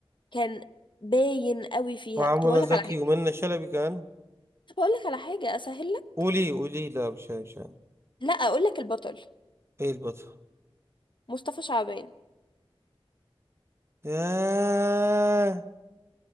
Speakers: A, on the left; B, on the right.
A: كان باين قوي فيها
B: مع منى
A: طب اقول لك
B: زكي
A: على حاجة
B: ومنى شلبي كمان
A: طب اقول لك على حاجة اسهل لك
B: قولي قولي لا مش مش عارف.
A: لا اقول لك البطل
B: ايه البطل
A: مصطفى شعبان
B: ياه